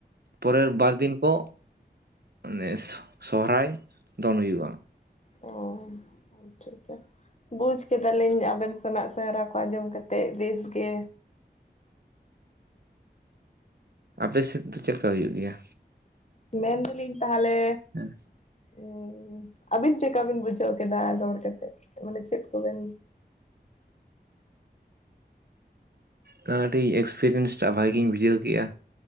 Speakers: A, on the right; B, on the left.
A: ᱯᱚᱨᱮᱨ ᱵᱟᱨ ᱫᱤᱱ ᱠᱚ ᱢᱮᱱᱮ ᱥᱚᱦᱨᱟᱭ ᱫᱚᱱ ᱦᱩᱭᱩᱜᱼᱟ
B: ᱚ ᱪᱷᱟ ᱪᱷᱟ ᱵᱩᱡᱽ ᱠᱮᱫᱟᱞᱤᱧ ᱟᱵᱮᱱ ᱥᱮᱱᱟᱜ ᱥᱮᱦᱮᱨᱟ ᱠᱚ ᱟᱸᱡᱚᱢ ᱠᱟᱛᱮ ᱵᱮᱥ ᱜᱮ
A: ᱟᱯᱮ ᱥᱮᱫ ᱫᱚ ᱪᱮᱫ ᱞᱮᱠᱟ ᱦᱩᱭᱩᱜ ᱜᱮᱭᱟ?
B: ᱢᱮᱱᱫᱟᱞᱤᱧ ᱛᱟᱦᱚᱞᱮ
A: ᱦᱮᱸ
B: ᱩᱸ ᱟᱹᱵᱤᱱ ᱪᱮᱫ ᱠᱟ ᱵᱤᱱ ᱵᱩᱡᱷᱟᱹᱣ ᱠᱮᱫᱟ ᱨᱚᱲ ᱠᱟᱛᱮ? ᱢᱟᱱᱮ ᱪᱮᱫ ᱠᱚᱵᱮᱱ
A: ᱠᱟᱦᱟ ᱴᱤ ᱮᱠᱥᱯᱮᱨᱮᱭᱮᱱ ᱴᱟᱜ ᱵᱷᱟᱜᱤ ᱜᱤᱧ ᱵᱩᱡᱷᱟᱹᱣ ᱠᱮᱜᱼᱟ